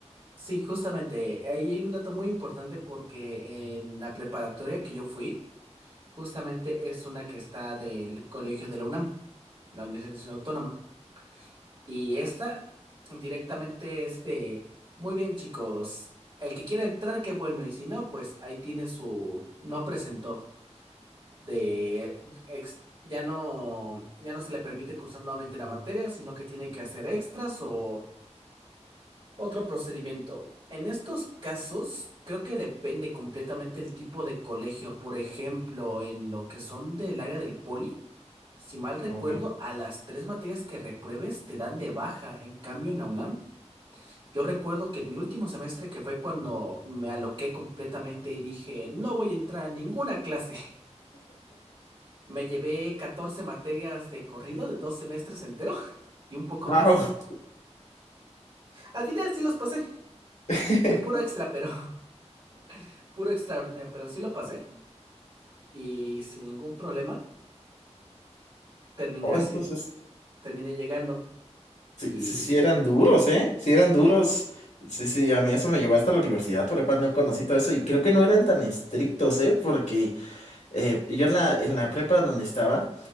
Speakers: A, on the right (about 45°); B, on the left (about 80°).
A: Sí, justamente, ahí hay un dato muy importante porque en la preparatoria que yo fui, justamente es una que está del colegio de la UNAM, la Universidad Nacional Autónoma. Y esta directamente es de, muy bien chicos, el que quiera entrar, qué bueno, y si no, pues ahí tiene su no presentó. de ex- ya no, ya no se le permite cursar nuevamente la materia, sino que tiene que hacer extras o otro procedimiento. En estos casos, creo que depende completamente el tipo de colegio. Por ejemplo, en lo que son del área del poli, si mal recuerdo,
B: Ah, ok.
A: a las tres materias que repruebes te dan de baja. En cambio, en la UNAM, yo recuerdo que en mi último semestre, que fue cuando me aloqué completamente y dije, no voy a entrar a ninguna clase. Me llevé 14 materias de corrido de dos semestres entero <laughs> y un poco
B: Ah,
A: más.
B: ok.
A: Al final sí los pasé,
B: <laughs>
A: en puro extra, pero <laughs> puro extraordinario, pero sí lo pasé y sin ningún problema terminé
B: Oh,
A: así,
B: entonces
A: terminé llegando
B: Sí,
A: y
B: sí, sí eran duros, ¿eh? Sí eran duros. Sí, sí, a mí eso me llevó hasta la universidad, por no conocí todo eso y creo que no eran tan estrictos, ¿eh? Porque eh, yo en la, en la prepa donde estaba,